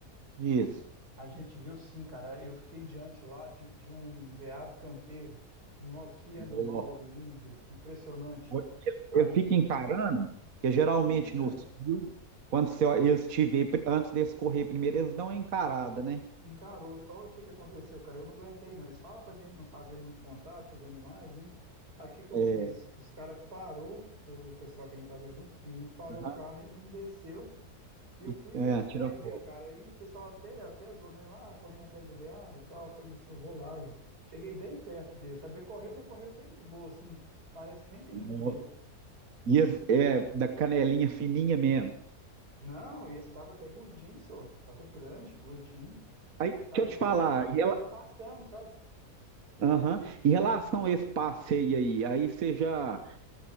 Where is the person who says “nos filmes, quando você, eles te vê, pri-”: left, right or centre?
Right